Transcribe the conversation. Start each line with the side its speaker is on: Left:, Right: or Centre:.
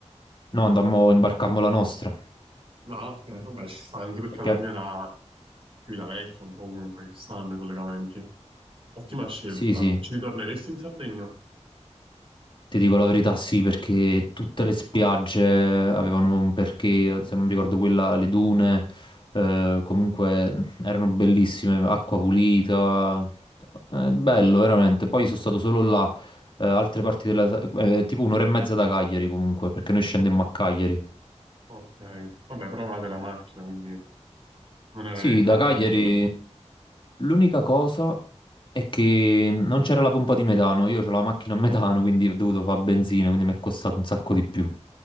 Left: No, andammo, imbarcammo la nostra.
Right: No, ok, vabbè, ci sta anche perché
Left: Perché...
Right: alla fine la qui la vecchia, un po' comunque ci stanno i collegamenti. Ottima scelta.
Left: Sì, sì,
Right: Ci ritorneresti in Sardegna?
Left: Ti dico la verità, sì, perché tutte le spiagge avevano un perché, se non ricordo quella, le dune, eh, comunque erano bellissime, acqua pulita, eh, bello veramente. Poi sono stato solo là, eh, altre parti della... eh, tipo un'ora e mezza da Cagliari comunque, perché noi scendemmo a Cagliari.
Right: Ok, vabbè, però avevate la macchina, quindi non era
Left: Sì,
Right: neanche
Left: da
Right: tanto
Left: Cagliari
Right: un problema.
Left: l'unica cosa è che non c'era la pompa di metano, io ho la macchina a metano, quindi ho dovuto fare benzina, quindi mi è costato un sacco di più.